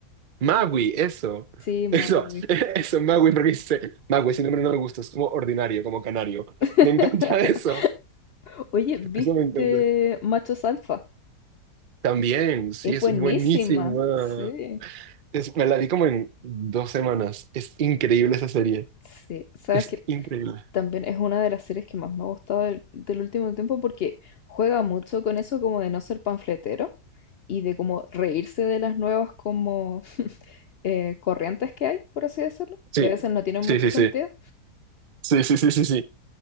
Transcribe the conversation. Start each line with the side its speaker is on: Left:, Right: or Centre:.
Right: Magui, eso.
Left: Sí, Maui.
Right: Eso, <laughs> eso, Magui, porque dice, Magui, ese nombre no me gusta, es como ordinario, como canario.
Left: <laughs>
Right: Me encanta <laughs> eso.
Left: Oye, ¿viste
Right: Eso me encanta.
Left: Machos Alfa?
Right: También, sí,
Left: Es
Right: es
Left: buenísima.
Right: buenísima.
Left: Sí,
Right: Es- me la vi como en dos semanas. Es increíble esa serie.
Left: sí. Sabes
Right: Es
Left: que
Right: increíble.
Left: también es una de las series que más me ha gustado del, del último tiempo porque juega mucho con eso como de no ser panfletero y de como reírse de las nuevas como eh, corrientes que hay, por así decirlo,
Right: Sí,
Left: que a veces no tienen
Right: sí,
Left: mucho
Right: sí,
Left: sentido.
Right: sí. Sí, sí, sí, sí, sí.